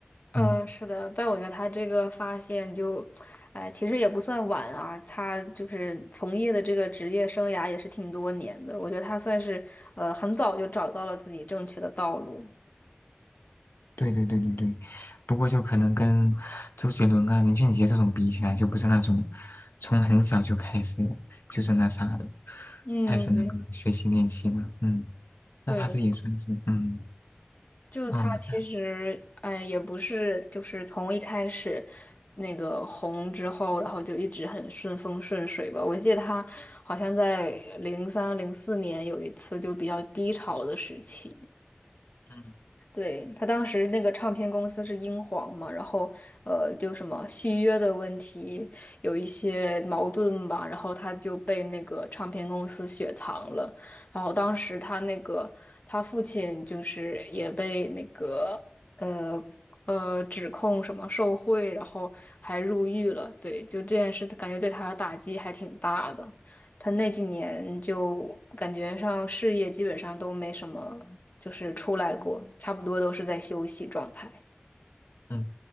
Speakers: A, on the left; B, on the left.
A: 嗯，
B: 嗯
A: 是的，但我觉得他这个发现就，哎，其实也不算晚啊。他就是从业的这个职业生涯也是挺多年的，我觉得他算是呃很早就找到了自己正确的道路。
B: 对对对对对，不过就可能跟周杰伦啊、林俊杰这种比起来，就不是那种从很小就开始就是那啥的，
A: 嗯，
B: 开始那个学习练习了。嗯，
A: 对，
B: 那他这也算是嗯
A: 就他其实，
B: 哦，对
A: 哎，也不是，就是从一开始那个红之后，然后就一直很顺风顺水吧。我记得他好像在零三零四年有一次就比较低潮的时期。
B: 嗯
A: 对，他当时那个唱片公司是英皇嘛，然后呃，就什么续约的问题有一些矛盾吧，然后他就被那个唱片公司雪藏了，然后当时他那个他父亲就是也被那个呃呃指控什么受贿，然后还入狱了，对，就这件事，感觉对他的打击还挺大的。他那几年就感觉上事业基本上都没什么，就是出来过，差不多都是在休息状态。
B: 嗯。